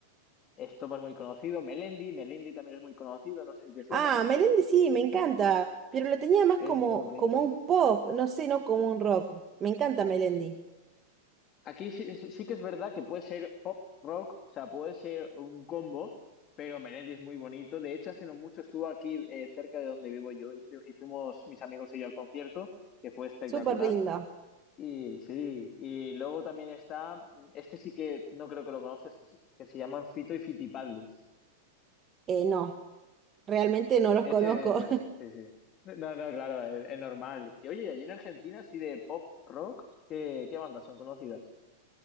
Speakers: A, on the left; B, on the right.
A: Estopa es muy conocido. Melendi, Melendi también es muy conocido, no sé si te suena.
B: Ah, Melendi sí, me encanta, pero lo tenía más
A: Es
B: como,
A: muy bonito.
B: como un pop, no sé, no como un rock. Me encanta Melendi,
A: Aquí sí, sí sí que es verdad que puede ser pop rock, o sea, puede ser un combo, pero Melendi es muy bonito. De hecho, hace no mucho estuvo aquí eh, cerca de donde vivo yo y fu- y fuimos mis amigos y yo al concierto, que fue espectacular.
B: súper lindo.
A: Y sí, y luego también está, este sí que no creo que lo conozcas, que se que se llaman Fito y Fitipaldis.
B: Eh, no, realmente no los
A: Ese,
B: conozco.
A: sí, sí. No, no, claro, es, es normal. Y oye, allí en Argentina, así de pop rock, ¿qué, qué bandas son conocidas?